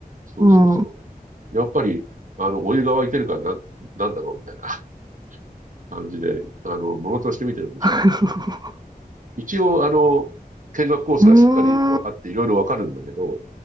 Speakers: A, on the right (about 55°); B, on the right (about 25°).
A: そうそうそう。
B: うん。
A: やっぱり、あの、お湯が沸いてるからな、なんだろうみたいな <laughs> 感じで、あの、ものとして見てるんでしょうね。
B: <laughs>
A: 一応、あの、見学コースがしっかりとあって、
B: うーん。
A: いろいろわかるんだけど、